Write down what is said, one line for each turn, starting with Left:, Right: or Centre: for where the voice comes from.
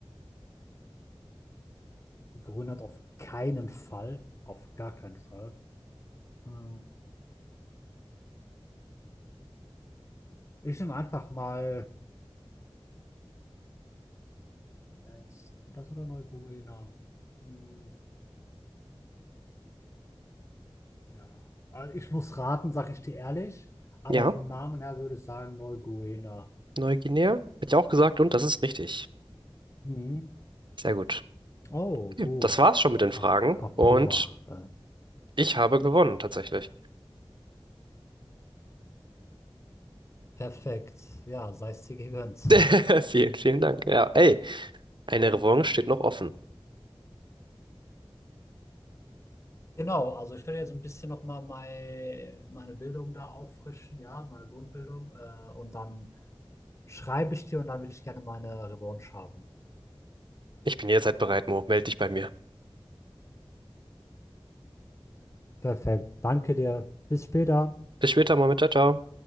Left: Grönland auf keinen Fall. Auf gar keinen Fall. Hm, Ich nehme einfach mal Ja, jetzt das oder Neuguinea? Hm, ja. Also ich muss raten, sage ich dir ehrlich, aber
Right: Ja,
Left: vom Namen her würde ich sagen Neuguinea.
Right: Neuguinea, hätte ich auch gesagt und das ist richtig.
Left: Mhm.
Right: Sehr gut.
Left: Oh,
Right: Okay.
Left: gut.
Right: Das war's schon mit den
Left: Pa
Right: Fragen
Left: Papua.
Right: und
Left: Äh,
Right: ich habe gewonnen tatsächlich.
Left: Perfekt. Ja, sei es dir gegönnt.
Right: <laughs> Vielen, vielen Dank. Ja, ey, eine Revanche steht noch offen.
Left: Genau, also ich werde jetzt ein bisschen nochmal mein, meine Bildung da auffrischen, ja, meine Grundbildung. Äh, und dann schreibe ich dir und dann will ich gerne meine Revanche haben.
Right: Ich bin jederzeit bereit, Mo. Meld dich bei mir.
Left: perfekt. Danke dir. Bis später.
Right: Bis später, mal mit. Ciao, ciao.